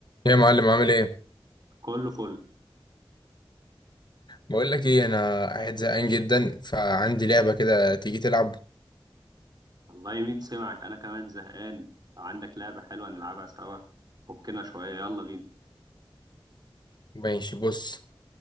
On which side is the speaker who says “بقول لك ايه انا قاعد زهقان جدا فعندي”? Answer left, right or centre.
Left